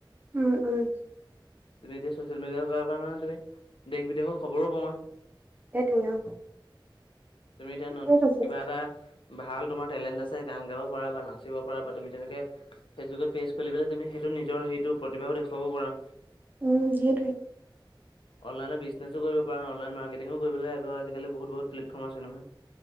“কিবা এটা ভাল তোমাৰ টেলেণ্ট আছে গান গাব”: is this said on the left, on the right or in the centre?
Left